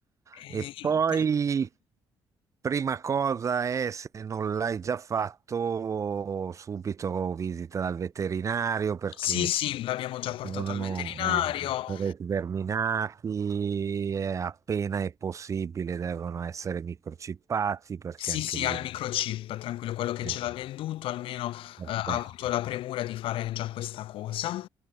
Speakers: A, on the left (about 80°); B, on the right (about 35°).
A: eh,
B: E poi,
A: sì,
B: prima cosa è, se non l'hai già fatto, subito visita dal veterinario perché
A: sì, sì, l'abbiamo già
B: devono
A: portato al veterinario.
B: eh, essere
A: Eh,
B: sverminati, eh, appena è possibile devono essere microchippati perché
A: Sì,
B: anche
A: sì,
B: lì...
A: ha il microchip, tranquillo, quello che
B: eh,
A: ce l'ha venduto almeno eh,
B: perfetto,
A: ha avuto la premura di fare già questa cosa.